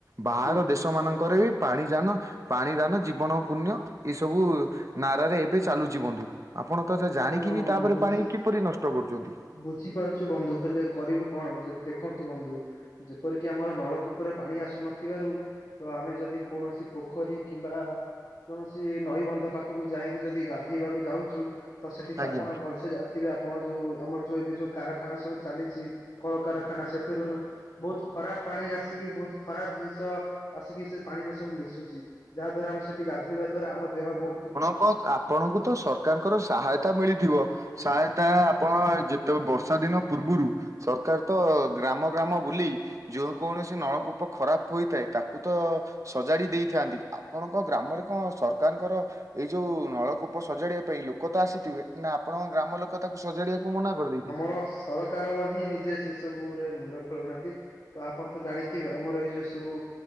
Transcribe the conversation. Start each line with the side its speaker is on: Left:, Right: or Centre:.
Right: ବାହାର
Left: ବୁ-
Right: ଦେଶ ମାନଙ୍କରେ ବି ପାଣି ଯାନ ପାଣି ଦାନ ଜୀବନ ପୁଣ୍ୟ ଏସବୁ ନାରାରେ ଏବେ ଚାଲୁଚି ବନ୍ଧୁ। ଆପଣ ତ ଏଟା ଜାଣିକି
Left: ହଁ
Right: ବି ତାପରେ
Left: ବୁଝି
Right: ପାଣି କିପରି ନଷ୍ଟ କରୁଚନ୍ତି।
Left: ବୁଝିପାରୁଛୁ ବନ୍ଧୁ ହେଲେ କରିବୁ କଣ? ଯେ ଦେଖନ୍ତୁ ବନ୍ଧୁ ଯେପରିକି ଆମର ନଳକୂପରେ ପାଣି ଆସୁନଥିବାରୁ ତ ଆମେ ଯଦି କୌଣସି ପୋଖରୀ କିମ୍ବା କୌଣସି ନଈବନ୍ଧ ପାଖକୁ ଯାଇକି ଯଦି ଗାଧେଇବାକୁ ଯାଉଛୁ ତ ସେଠି ତ
Right: ଆଜ୍ଞା।
Left: ଆପଣ ଭଲସେ ଜାଣିଥିବେ ଆପଣ ଯୋଉ ଆମର ଯୋଉ ଏବେ ଯୋଉ କାରଖାନା ସବୁ ଚାଲିଚି। କଳକାରଖାନା ସେଥିରୁ ବହୁତ ଖରାପ ପାଣି ଆସିକି ବହୁତ ଖରାପ ଜିନିଷ ଆସିକି ସେ ପାଣିରେ ସବୁ ମିଶୁଚି। ଯାହା ଦ୍ବାରା ଆମେ ସେଠି ଗାଧୋଇବା ଦ୍ଵାରା ଆମ ଦେହ ବହୁତୁ
Right: କ-ଆପଣଙ୍କୁ ତ ସରକାରଙ୍କର ସାହାୟତା ମିଳିଥିବ। ସାୟାତା ଆପଣ ଯେତେ ବର୍ଷା ଦିନ ପୂର୍ବରୁ ସରକାର ତ ଗ୍ରାମ ଗ୍ରାମ ବୁଲି ଯୋଉ କୌଣସି ନଳକୂପ ଖରାପ ହୋଇଥାଏ ତାକୁ ତ ସଜାଡି ଦେଇଥାନ୍ତି। ଆ ଆପଣଙ୍କ ଗ୍ରାମରେ କଣ ସରକାରଙ୍କର ଏଇ ଯୋଉ ନଳକୂପ ସଜାଡ଼ିବା ପାଇଁ ଲୋକ ତ ଆସିଥିବେ। ନା ଆପଣଙ୍କ ଗ୍ରାମ ଲୋକ ତାକୁ ସଜାଡିବାକୁ ମନା କରିଦେଇଥିଲେ?
Left: ତ ସର କାର ହିଁ ନିଜେ ସେ ସବୁ ରେ ମୁଣ୍ଡ ଖେଳଉନାହାନ୍ତି। ତ ଆପଣ ତ ଜାଣିଥିବେ ଆମର ଏଇ ଯୋଉ ସବୁ